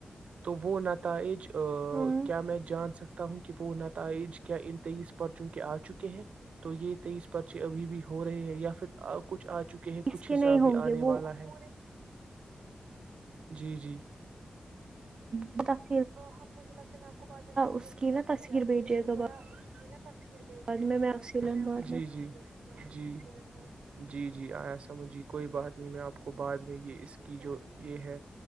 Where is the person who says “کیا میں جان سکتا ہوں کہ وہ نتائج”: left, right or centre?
Right